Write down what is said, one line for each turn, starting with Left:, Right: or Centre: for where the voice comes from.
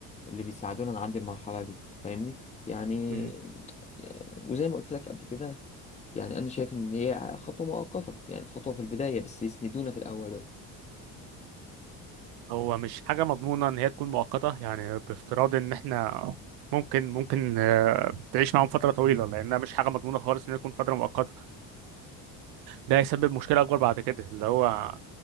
Left: اللي بيساعدونا نعدي المرحلة دي فاهمني يعني
Right: مم.
Left: وزي ما قلت لك قبل كده يعني أنا شايف إن هي خطوة مؤقتة يعني خطوة في البداية بس يسندونا في الأول بس
Right: هو مش حاجة مضمونة ان هي تكون مؤقتة يعني بافتراض ان احنا ممكن ممكن آه، تعيش معاهم فترة طويلة لأنها مش حاجة مضمونة خالص إنها تكون فترة مؤقتة ده هيسبب مشكلة أكبر بعد كده اللي هو